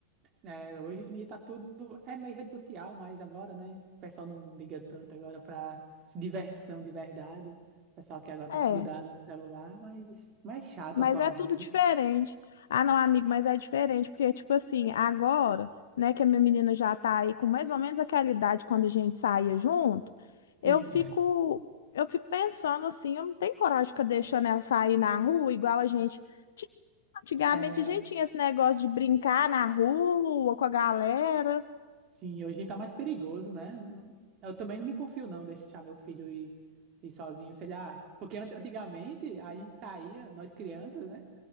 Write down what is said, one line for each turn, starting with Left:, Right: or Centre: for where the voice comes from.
Right: É, hoje em dia tá tudo. É meio rede social, mas agora, né? O pessoal não liga tanto agora pra diversão de verdade. O pessoal que agora tá
Left: É.
Right: grudado no celular, mas mais chato
Left: Mas
Right: atualmente.
Left: é tudo diferente. Ah, não, amigo, mas é diferente, porque, tipo assim, agora, né, que a minha menina já tá aí com mais ou menos aquela idade quando a gente saía junto, eu
Right: Sim.
Left: fico, eu fico pensando assim, eu não tenho coragem de ficar deixando ela sair na rua, igual a gente. tinha. Antigamente
Right: É,
Left: a gente tinha esse negócio de brincar na rua com a galera,
Right: sim, hoje em tá mais perigoso, né? Não- Eu também não me confio, não, deixar meu filho ir, ir sozinho, sei lá. Porque ant- antigamente a gente saía, nós crianças, né?